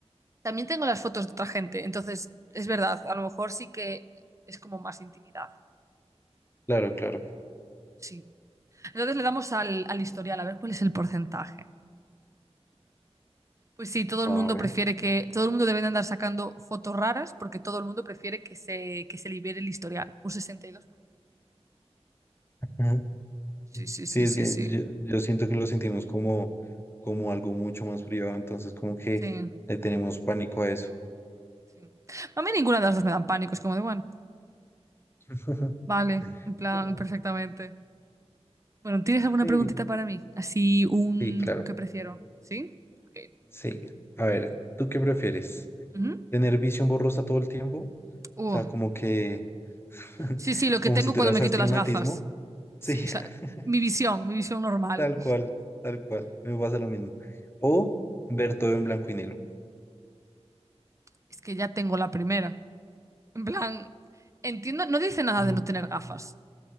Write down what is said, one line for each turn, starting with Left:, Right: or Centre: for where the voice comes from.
Right: también tengo las fotos de otra gente. Entonces, es verdad, a lo mejor sí que es como más intimidad.
Left: Claro, claro.
Right: Sí. Entonces le damos al, al historial, a ver cuál es el porcentaje. Pues sí, todo el
Left: A
Right: mundo
Left: ver.
Right: prefiere que, todo el mundo debe de andar sacando fotos raras porque todo el mundo prefiere que se, que se libere el historial. Un 62%.
Left: <laughs>
Right: Sí, sí,
Left: Sí,
Right: sí,
Left: es
Right: sí,
Left: que
Right: sí.
Left: yo, yo siento que lo sentimos como, como algo mucho más privado, entonces como que
Right: Sí,
Left: le tenemos pánico a eso.
Right: sí. A mí ninguna de las dos me dan pánico, es como de, bueno.
Left: <laughs>
Right: Vale, en plan,
Left: Bueno,
Right: perfectamente. Bueno, ¿tienes alguna
Left: sí,
Right: preguntita para mí? Así un,
Left: sí, claro.
Right: un qué prefiero. ¿Sí? Ok.
Left: Sí. A ver, ¿tú qué prefieres?
Right: Ujú.
Left: ¿Tener visión borrosa todo el tiempo? O
Right: Uh,
Left: sea, como que, <laughs>
Right: Sí, sí, lo que
Left: como
Right: tengo
Left: si tuvieras
Right: cuando me
Left: astigmatismo.
Right: quito las gafas.
Left: Sí,
Right: Sí, o sea,
Left: <laughs>
Right: mi visión, mi visión normal.
Left: tal cual, tal cual. Me pasa lo mismo. O ver todo en blanco y negro.
Right: Es que ya tengo la primera. En plan, entiendo, no dice nada
Left: Mm,
Right: de no tener gafas.